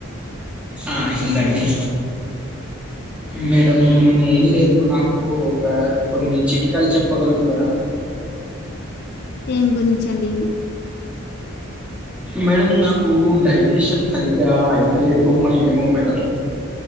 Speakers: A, in the centre; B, on the left.
A: ఆ అయిందండి
B: చెప్పండి
A: మేడం ఏం లేదు నాకు ఒక కొన్ని చిట్కాలు చెప్పగలుగుతారా
B: దేని గురించండి
A: మేడం నాకు డైజిషన్ సరిగ్గా అయితలేదు ఏమో మేడం